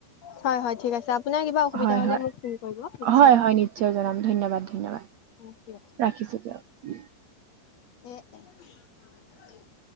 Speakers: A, on the left; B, on the right.
A: হয় হয় ঠিক আছে আপোনাৰ কিবা অসুবিধা
B: হয়
A: হলে
B: হয়
A: মোক ফোন কৰিব নিশ্চয়।
B: হয় হয় নিশ্চয় জনাম ধন্যবাদ ধন্যবাদ।
A: <unintelligible>
B: ৰাখিছো দিয়ক।
A: <unintelligible>